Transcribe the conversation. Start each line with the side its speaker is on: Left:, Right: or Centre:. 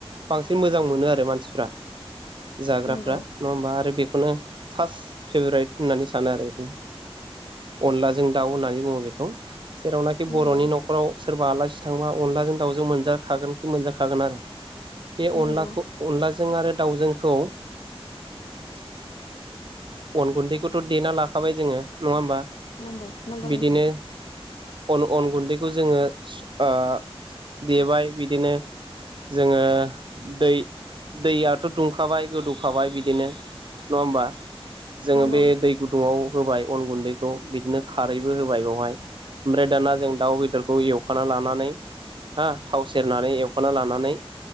Right: बांसिन मोजां मोनो आरो मानसिफ्रा जाग्राफ्रा
Left: नंगौ
Right: नङा होमबा आरो बेखौनो फास्त फेभरायट होननानै सानो आरो बेखौनो अनलाजों दाउ होननानै बुङो बेखौ जेरावनाखि बर'नि
Left: नंगौ
Right: न'खराव सोरबा आलासि सिथांबा अनलाजों दावजों मोनजाखागोनखि मोनजाखागोन आरो बे
Left: नंगौ
Right: अनलाखौ अनला जों आरो दाउजोंखौ अन गुन्दैखौथ देना लाखाबाय जोङो नङा होमबा
Left: नंगौ नंगौ
Right: बिदिनो
Left: नोंथां
Right: अन अन गुन्दैखौ जोङो स आ देबाय बिदिनो जोङो दै दैयाथ' दुंखाबाय गोदौखाबाय बिदिनो नङा होमबा जोङो
Left: नंगौ
Right: बे दै गुदुङाव होबाय अन गुन्दैखौ बिदिनो खारैबो होबाय बावहाय ओमफ्राय दाना जों दाउ बेदरखौ एवखाना लानानै हा थाव सेरनानै एवखाना लानानै